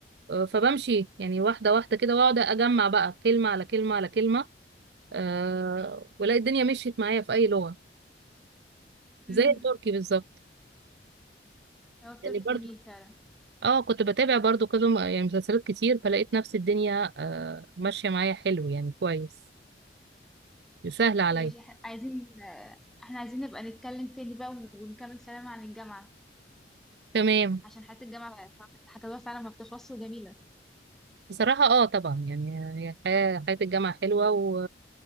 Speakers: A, on the right; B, in the centre.
A: آه، فبمشي يعني واحده واحده كده واقعد اجمع بقى كلمه على كلمه على كلمه آه، والاقي الدنيا مشيت معايا في اي لغه زي
B: امم
A: التركي بالظبط
B: هو التركي
A: يعني برضو
B: جميل فعلا
A: اه كنت بتابع برضو كده م- يعني مسلسلات كتير فلقيت نفس الدنيا آه ماشية معايا حلو يعني كويس سهل عليا
B: ماشي إح- عايزين آه، احنا عايزين نبقى نتكلم تاني بقى ونكمل كلام عن الجامعة
A: تمام
B: عشان حياة الجامعة بقى- حك- حكاويها فعلا ما بتخلصش وجميلة
A: بصراحة اه طبعا يعني هي حياة حياة الجامعة حلوة و...